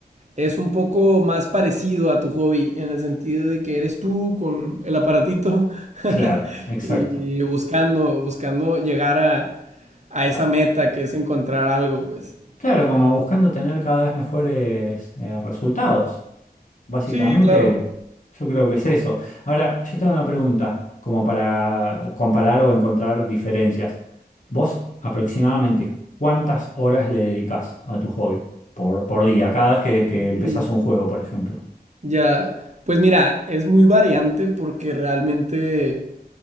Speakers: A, on the right; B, on the left.
A: es un poco más parecido a tu hobby, en el sentido de que eres tú con el aparatito <laughs>
B: Claro, exacto.
A: y buscando, buscando llegar a, a esa
B: Ah,
A: meta que es encontrar algo, pues.
B: Claro, como buscando tener cada vez mejores eh, resultados. Básicamente,
A: Sí, claro.
B: yo creo que es eso. Ahora, yo tengo una pregunta, como para comparar o encontrar diferencias. ¿Vos aproximadamente cuántas horas le dedicás a tu hobby por, por día, cada vez que, que empezás
A: Y
B: un juego, por ejemplo?
A: ya, pues mira, es muy variante porque realmente